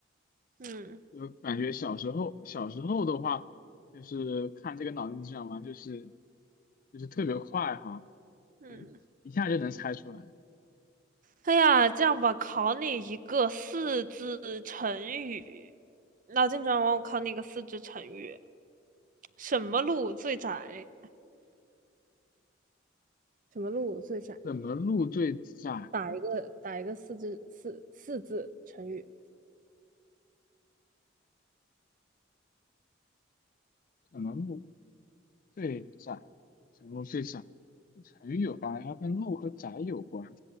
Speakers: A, on the right; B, on the left.
A: 嗯
B: 就感觉小时候小时候的话，就是看这个脑筋急转弯，就是就是特别快哈，
A: 嗯，
B: 嗯，一下就能猜出来。
A: 哎呀，这样吧，考你一个四字成语，脑筋急转弯，我考你一个四字成语：什么路最窄？什么路最窄？
B: 怎么路最窄啊？
A: 打一个打一个四字四四字成语。
B: 怎么路最窄？怎么路最窄？成语有关，它跟路和窄有关。